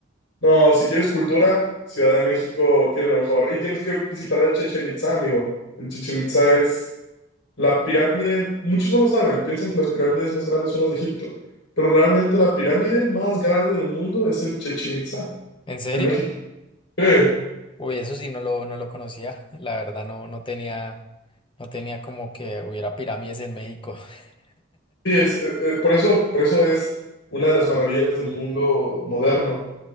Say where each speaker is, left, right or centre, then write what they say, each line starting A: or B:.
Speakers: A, on the left (about 75°); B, on the left (about 25°).
A: no, si quieres cultura, Ciudad de México tiene lo mejor. Y tienes que visitar el Chichen Itzá, amigo. El Chichen Itzá es La pirámide, muchos no lo saben, piensan que las pirámides más grandes son las de Egipto, pero realmente la pirámide más grande del mundo es el Chichén Itzá,
B: ¿En serio?
A: en México. Sí,
B: Uy, eso sí no lo, no lo conocía. La verdad no, no tenía, no tenía como que hubiera pirámides en México. <laughs>
A: sí, es, eh, eh, por eso, por eso es una de las maravillas del mundo moderno.